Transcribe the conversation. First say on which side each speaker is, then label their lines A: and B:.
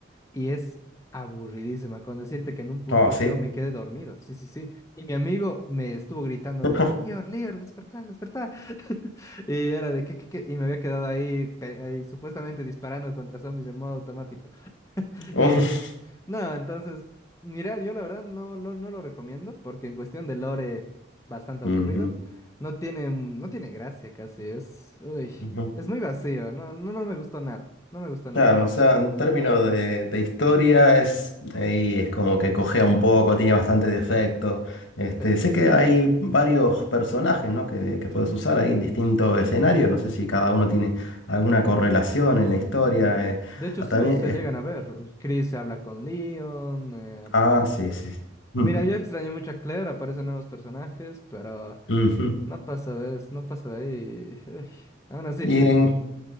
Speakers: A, on the left; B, on the left.
A: y es aburridísima. Con decirte que en un punto
B: Oh, sí.
A: yo me quedé dormido. Sí, sí, sí. Y mi amigo me estuvo gritando
B: <laughs>
A: de, Lior, Lior, despertá, despertá. <laughs> Y era de, ¿qué, qué, qué? Y me había quedado ahí, pe- ahí supuestamente disparando contra zombies en modo automático.
B: Oh.
A: Eh, no, entonces, mira, yo la verdad no, no, no lo recomiendo porque en cuestión de lore, bastante aburrido.
B: Ujú.
A: No tiene, mm, no tiene gracia casi, es, uy,
B: Ujú.
A: es muy vacío, no, no, no me gustó nada, no me gustó nada.
B: Claro, o sea, en términos de, de historia es ahí es como que cojea un poco, tiene bastante defecto. Este,
A: Sí.
B: sé que hay varios personajes, ¿no? que, que puedes usar ahí en distintos escenarios. No sé si cada uno tiene alguna correlación en la historia. eh.
A: De hecho,
B: Ah,
A: sí,
B: También
A: se
B: es-
A: llegan a ver. Chris se habla con Leon, eh, aparece...
B: ah, sí, sí. sí. Mm,
A: Mira, yo extrañé mucho a Claire, aparecen nuevos personajes, pero
B: ujú.
A: no pasa de, eso, no pasa de ahí. Uy, aún así,
B: Y en,